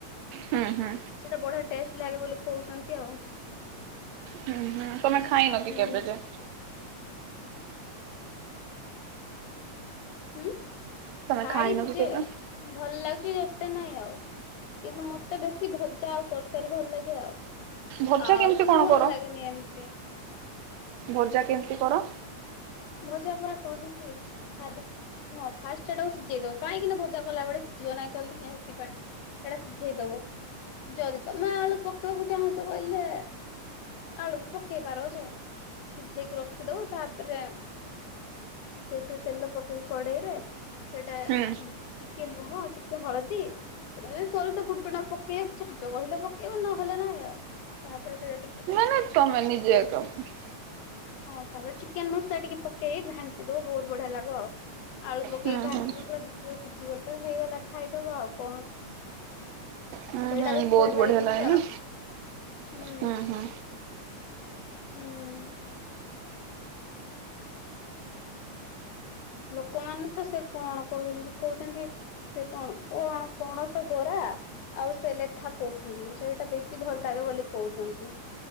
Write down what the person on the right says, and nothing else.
ହୁଁ ହୁଁ
ହୁଁ ହୁଁ ତମେ ଖାଇ ନ କି
କେବେଜ ଯେ।
ତମେ
ଖାଇନ କି
କେବେ?
ଭଜା
କେମିତି
କଣ
କର?
ଭଜା କେମିତି କର।
ହୁଁ
ନାଇ ତମେ ନିଜେ। <unintelligible>
ହୁଁ
ହୁଁ
ହୁଁ
ହୁଁ
ବହୁତ
ବଢିଆ
ନା
ହୁଁ ହୁଁ